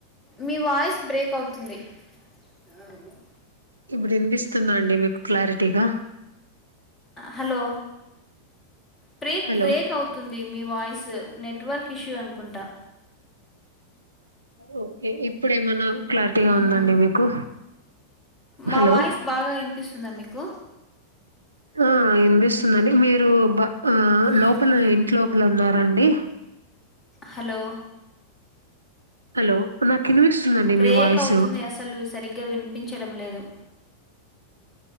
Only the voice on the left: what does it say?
మీ వాయిస్ బ్రేక్ అవుతుంది <unintelligible>
హలో బ్రేక్
బ్రేక్ అవుతుంది మీ వాయిస్ నెట్వర్క్ ఇష్యూ అనుకుంటా
మ్మ్.
మా
వాయిస్ బాగా వినిపిస్తుందా మీకు
మ్మ్.
హలో
బ్రేక్
అవుతుంది అసలు సరిగ్గా వినిపించడం లేదు